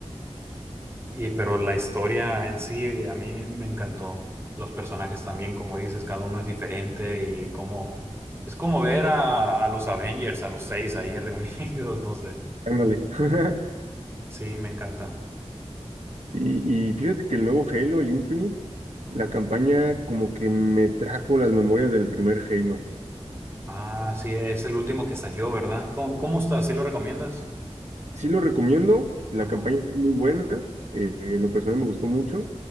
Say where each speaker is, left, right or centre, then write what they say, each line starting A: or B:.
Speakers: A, on the right (about 20°); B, on the right (about 80°).
A: y, pero la historia en sí a mí me encantó. Los personajes también, como dices, cada uno es diferente y cómo Es como ver a, a los Avengers, a los seis ahí reunidos, <laughs> no sé.
B: Ándale. <laughs>
A: Sí, me encanta.
B: Y,
A: Y,
B: y fíjate que el nuevo Halo, el Infinite, la campaña como que me trajo las memorias del primer Halo.
A: ah, sí, es el último que salió, ¿verdad? ¿Cómo, cómo está? ¿Sí lo recomiendas?
B: Sí lo recomiendo, la
A: Ajá,
B: campaña está muy buena, eh, en lo personal me gustó mucho.